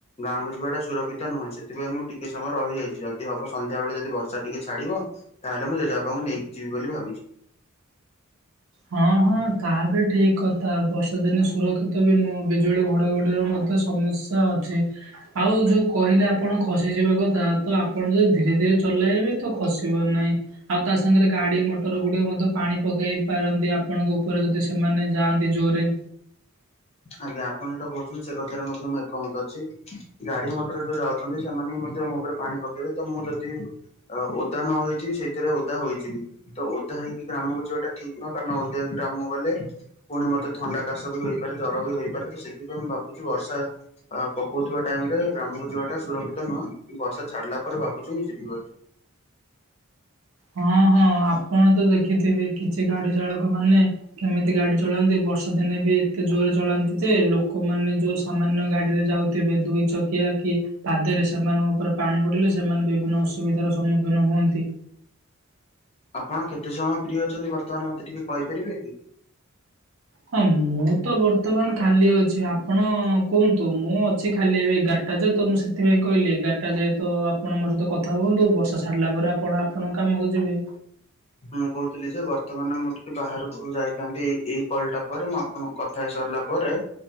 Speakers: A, on the left; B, on the right.
A: ଗାଁ କୁଯିବା ଟା ସୁରକ୍ଷିତନୁହେଁ, ସେଥିପାଇଁ ମୁଁ ଟିକେ ସମୟ ରହିଯାଇଛି ଯଦିହବ ସନ୍ଧ୍ୟା ବେଳେ ଯଦି ବର୍ଷା ଟିକେ ଛାଡିବ ତାହେଲେ ମୁଁ ଜେଜେ ବାପାଙ୍କୁ ନେଇକି ଯିବି ବୋଲି ଭାବିଛି।
B: ହଁ ହଁ, ତାହାବି ଠିକ୍ କଥା ବର୍ଷାଦିନେ ସୁରକ୍ଷିତ ବି ନୁହେଁ ବିଜୁଳି ଘଡଘଡିର ମଧ୍ୟ ସମସ୍ୟା। ତ ଅଛି ଆଉ ଯୋଉ କହିଲେ ଆପ ଆପଣ ଖସିଯିବା କଥା ତ ଆପଣଯଦି ଧୀରେ ଧୀରେ ଚଲେଇବେ ତ ଖସିବ ନାହିଁ। ଆଉ ତାସାଙ୍ଗରେ ଗାଡି ମଟରଗୁଡିକ ମଧ୍ୟପାଣି ପକେଇ ପାରନ୍ତି ଆପ ଆପଣଙ୍କ ଉପରେ ଯଦି ସେମାନେ ଯାଆନ୍ତି ଜୋରେ।
A: ଆଜ୍ଞା ଆପଣ ଯୋଉଟା କହୁଛନ୍ତି ସେକଥାରେ ମଧ୍ୟ ମୁଁ ଏକମତ ଅଛି, ଗାଡି ମଟର ଯୋଉ ଯାଉଛନ୍ତି ସେମାନେ ହି ମଧ୍ୟ ମୋ ଉପରେ ପାଣି ପକେଇବେ ତ ମୁଁ ଯଦି ଓଦା ନ ହେଇଥବି ସେଇଥିରେ ଓଦା ହୋଇଯିବି। ତ ଓଦା ହେଇକି ଗ୍ରାମକୁ ଯିବାଟା ଠିକ୍ ନୁହଁ କାରଣ ଓଦା ହେଇିକି ଗ୍ରାମକୁ ଗଲେ ପୁଣି ମତେଥଣ୍ଡା, କାଶ, ବି ହୋଇଇପାରେ ଜ୍ୱର ବି ହୋଇପାରେ ତ ସେଥିପାଇଁ ମୁଁ ଭାବୁଛି ବର୍ଷା ଅ ପକଉଥିବା ଟାଇମ୍ ରେ ଗ୍ରାମକୁ ଯିବାଟା ସୁରକ୍ଷିତ ନୁହଁ ବର୍ଷା ଛାଡିଲା ପରେ ଭାବୁଛି ମୁଁ ଯିବି ବୋଲି।
B: ହୁଁ, ହୁଁ। ଆପଣତ ଦେଖିଥିବେ କିଛି ଗାଡି ଚାଳକ ମାନେ କେମିତି ଗାଡି ଚଳାନ୍ତି ବର୍ଷା ଦିନେ ବି ଏତେ ଜୋରେ ଚଳାନ୍ତି ଯେ ଲୋକମାନେ ଯୋଉ ସ ସାମାନ୍ୟ ଗାଡ଼ିରେ ଯାଉଥିବେ ଦୁଇଚକିଆ କି ପାଦରେ ସେମାନଙ୍କ ଉପରେ ପାଣି ପଡିଲେ ସେମାନେ ବିଭିନ୍ନ ଅସୁବିଧାର ସମ୍ମୁଖୀନ ହୁଅନ୍ତି।
A: ଆପଣ କେତେ ସମୟ ଫ୍ରି ଅଛନ୍ତିବର୍ତ୍ତମାନ ମତେ ଟିକେ କହିପାରିବେକି।
B: ହଁ, ମୁଁ ତ ବର୍ତ୍ତମାନ ଖାଲିଅଛି ଆପଣ କୁହନ୍ତୁ ମୁଁ ଅଛି ଖାଲି ଏବେ ଏଗାର୍ ଏଗାର ଟା ଯେ ତ ମୁଁ ସେଥିପାଇଁ କହିଲି ଏଗାରଟା ଯେହେତୁ ତ ଆପଣ ମୋ ସହିତ କଥା ହୁଅନ୍ତୁ ବର୍ଷା ଛାଡିଲା ପରେ ଆପଣ ଆପ ଆପଣ କାମକୁ ଯିବେ।
A: ମୁଁ କହୁଥିଲି ଯେ ବର୍ତ୍ତମାନ ମୁଁ ଟିକେ ବାହାରକୁ ଯାଇଥାନ୍ତି ଏଇକଲ୍ ଟା ପରେ ମୁଁ ଆପ ଆପଣଙ୍କୁ କଥା ହେଇ ସାରିଲା ପରେ।